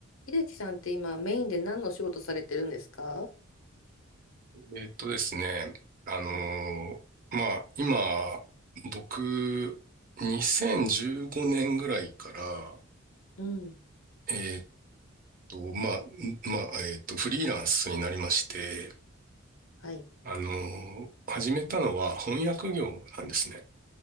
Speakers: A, on the left; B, on the right.
A: 秀樹さんって今メインで何のお仕事されてるんですか
B: えっとですね、あのーまあ、
A: はい。
B: 今、僕、2015年ぐらいから、
A: うん。
B: えっと、まあ、んまあ、えっと、フリーランスになりまして、
A: はい。
B: あのー始めたのは翻訳業なんですね。